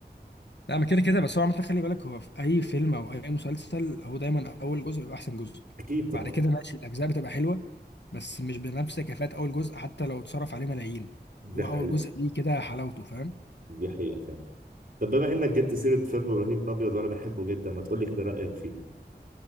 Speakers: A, on the left (about 85°); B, on the right (about 55°).
A: لا ما كده كده بس هو عامة خلي بالك هو في أي فيلم أو أي مسلسل هو دايما أول جزء بيبقى أحسن جزء
B: اكيد طبعا
A: بعد كده ماشي الأجزاء بتبقى حلوة بس مش بنفس كفاءة أول جزء حتى لو اتصرف عليه ملايين
B: دي
A: هو
B: حقيقة
A: أول جزء ليه كده حلاوته فاهم
B: دي حقيقة فعلا طب بما إنك جبت سيرة فيلم إبراهيم الأبيض وأنا بحبه جدا ما تقولي كده رأيك فيه